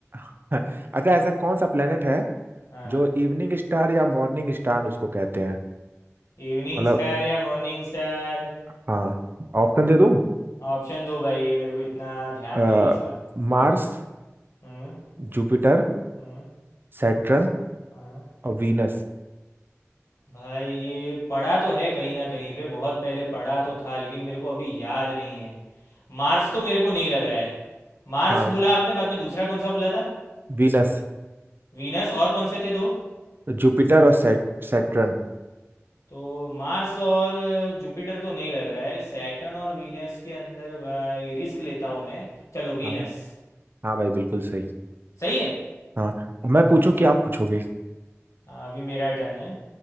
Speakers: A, on the right (about 45°); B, on the left (about 80°).
A: <laughs> अच्छा ऐसा कौन सा planet है
B: हाँ
A: जो इवनिंग स्टार या मॉर्निंग स्टार उसको कहते हैं
B: इवनिंग
A: मतलब
B: स्टार या मॉर्निंग स्टार
A: हाँ ऑप्शन दे दूं
B: ऑप्शन दो भाई ये मेरे को इतना ध्यान
A: आ,
B: नहीं है इसका
A: मार्स
B: हम्म
A: जुपिटर
B: हम्म
A: सैटर्न
B: हाँ
A: और वीनस
B: भाई ये पढ़ा तो है कहीं ना कहीं पे बहुत पहले पढ़ा तो था लेकिन मेरे को अभी याद नहीं है मार्स तो मेरे को नहीं लग रहा है मार्स
A: हाँ
B: बोला आपने बाद में दूसरा कौन सा बोला था
A: वीनस
B: वीनस और कौन से थे दो
A: जुपिटर और सैट सैटर्न
B: तो मार्स और जुपिटर तो नहीं लग रहा है सैटर्न और वीनस के अंदर भाई रिस्क लेता हूँ मैं चलो वीनस
A: हाँ भाई हाँ भाई बिल्कुल सही
B: सही है
A: हाँ मैं पूछूं कि आप पूछोगे
B: हाँ अभी मेरा टर्न है